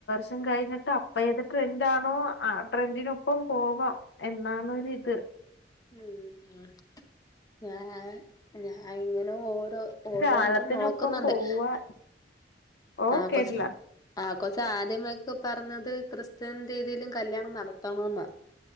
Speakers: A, on the left; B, on the left.
A: <unintelligible> കഴിഞ്ഞിട്ട് അപ്പം ഏത് ട്രെൻഡാണോ ആ ട്രെൻഡിനൊപ്പം പോവാ എന്നാണൊരിത്
B: ഉം ഞാനു ഞാൻ ഇങ്ങനെ ഓ <unintelligible> ഓരോ
A: കാലത്തിനൊപ്പം
B: ഇത് നോക്കുന്നുണ്ട്
A: പോവാ
B: അ
A: ഓ
B: ആ <unintelligible>
A: കേട്ടില്ല
B: ആ <unintelligible> ഇതേ മാതിരിക് പറഞ്ഞത് ക്രിസ്ത്യൻ രീതിയില് കല്യാണം നടത്തണോന്നാ